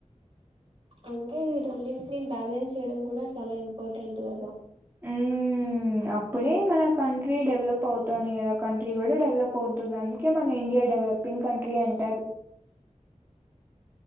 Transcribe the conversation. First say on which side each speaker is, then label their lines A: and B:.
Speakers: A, on the right (about 45°); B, on the right (about 15°).
A: అంటే వీటన్నింటినీ బ్యాలెన్స్ చేయడం కూడా చాలా ఇంపార్టెంట్ కదా
B: ఉ అప్పుడే మన కంట్రీ డెవలప్ అవుతుంది కదా కంట్రీ కూడా డెవలప్ అవుతుంది అందుకే మన ఇండియా డెవలపింగ్ కంట్రీ అంటారు